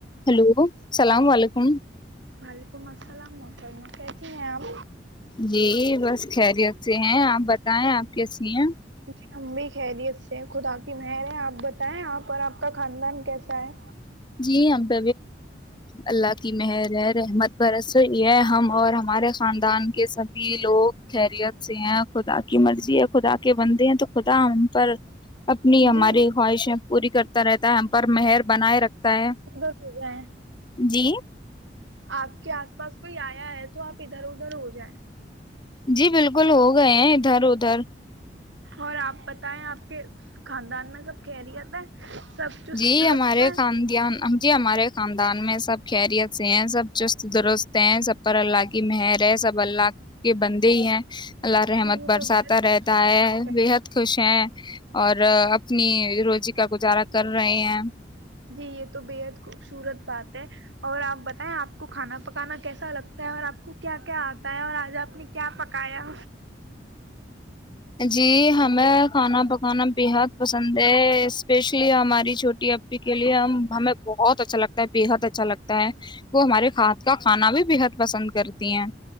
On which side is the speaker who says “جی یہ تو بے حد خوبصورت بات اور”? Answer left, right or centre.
Right